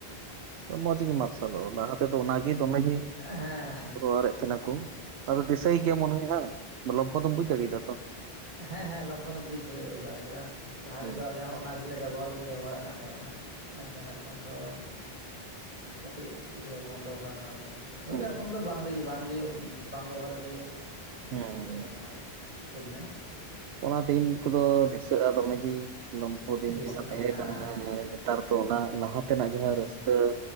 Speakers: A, on the right; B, on the right.
A: ᱦᱩᱸ ᱢᱚᱡᱽ ᱜᱮ ᱢᱟᱨᱥᱟᱞᱚᱜ-ᱟ ᱞᱟᱦᱟ ᱛᱮᱫᱚ ᱚᱱᱟ ᱜᱮ ᱫᱚᱢᱮ ᱜᱮ
B: ᱦᱮᱸ
A: ᱚᱨᱮᱫ ᱛᱟᱦᱮᱱᱟ ᱠᱚ ᱟᱫᱚ ᱫᱤᱥᱟᱹᱭ ᱜᱮᱭᱟ ᱢᱚᱱᱮ ᱦᱮᱸ ᱞᱚᱢᱯᱷᱚ ᱫᱚᱢ ᱵᱩᱡ ᱫᱟᱲᱮᱭᱟᱫᱟ ᱛᱚ
B: ᱦᱮᱸ ᱦᱮᱸ ᱞᱚᱢᱯᱷᱚ ᱫᱚ ᱵᱩᱡ ᱫᱟᱲᱮᱭᱟᱫᱟ <unintelligible> ᱡᱮ ᱞᱟᱦᱟ
A: ᱦᱮᱸ
B: ᱛᱮᱫᱚ ᱟᱞᱮ ᱦᱚᱸ ᱚᱱᱟ ᱜᱮᱞᱮ ᱵᱮᱵᱚᱦᱟᱨ ᱫᱚᱞᱮ ᱵᱮᱵᱚᱦᱟᱨᱟᱜ ᱠᱟᱱ ᱛᱟᱦᱮᱸᱱᱟ ᱦᱮᱸ ᱚᱱᱟ ᱢᱮᱱᱠᱷᱟᱱ ᱮᱠᱷᱚᱱ ᱫᱚ ᱠᱟᱹᱴᱤᱡ ᱤᱭᱟᱹ ᱵᱚᱱᱫᱚ ᱟᱠᱟᱱᱟ ᱚᱱᱟ ᱠᱚᱫᱚ ᱵᱚᱞᱮ
A: ᱦᱮᱸ
B: ᱮᱠᱷᱚᱱ ᱫᱚ ᱵᱟᱝ ᱞᱮ ᱵᱟᱝ ᱜᱮ ᱵ <unintelligible> ᱞᱮᱠᱷᱟ ᱜᱮ
A: ᱦᱮᱸ
B: ᱵᱩᱡᱷᱟᱹᱜᱼᱟ ᱢᱟᱱᱮ ᱵᱩᱡᱽ ᱢᱮ
A: ᱚᱱᱟ ᱫᱤᱱ ᱠᱚᱫᱚ ᱫᱤᱥᱟᱹᱜᱼᱟ ᱫᱚᱢᱮ ᱜᱮ ᱞᱚᱢᱯᱷᱚ ᱫᱤᱱ
B: ᱫᱤᱥᱟᱹᱜᱼᱟ
A: ᱡᱟᱸᱦᱟ ᱛᱟᱦᱮᱸ
B: ᱦᱮᱸ
A: ᱠᱟᱱᱟ ᱱᱮᱛᱟᱨ ᱫᱚ ᱚᱱᱟ ᱞᱟᱦᱟ ᱛᱮᱱᱟᱜ ᱡᱟᱦᱟᱸ ᱨᱟᱹᱥᱠᱟᱹ